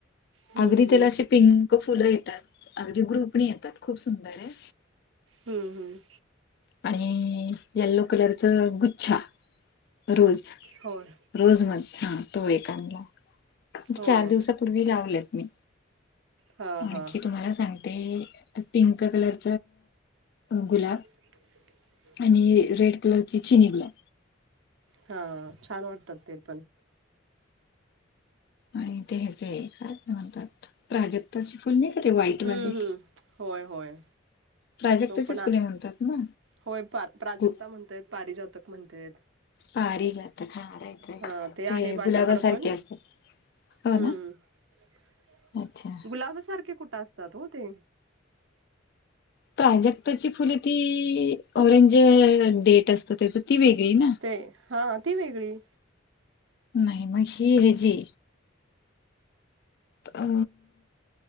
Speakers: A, on the right; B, on the left.
A: हम्म
B: अगदी
A: हम्म.
B: त्याला अशी पिंक फुलं येतात अगदी ग्रुपची येतात खूप सुंदर आहे
A: हम्म हम्म
B: आणि येल्लो कलरच गुच्छा रोज.
A: होय
B: रोज मत हा तो एकांला.
A: होय
B: चार दिवसापूर्वी लावलेत मी
A: हा
B: आणखी
A: हा.
B: तुम्हाला सांग. ते पिंक कलर गुलाबी
A: ह
B: आणि रेड कलरची चिनीला
A: हा छान वाटतात ते पण
B: आणि ते ह जे काय म्हणतात प्राजक्ताची फुल का ते व्हाईटवाले
A: हम्म हम्म होय होय
B: प्राजक्ताचेच
A: तो पण
B: फुले म्हणतात ना
A: होय प्राजक्ता
B: गु
A: म्हणताय पारिजातक म्हणताय
B: पारीजात हा राह रा
A: हा आहे
B: ते
A: माझ्याकडं
B: गुलाबाासारखे
A: पण.
B: असतात हो
A: हम्म
B: ना अच्छा
A: गुलाब सारखे कुठे असतात हो ते
B: प्राजक्ताची फुले ती ओरेंज डेट असत त्याच ती वेगळी ना
A: ते हा ती वेगळी
B: नाही मग ही हजी अ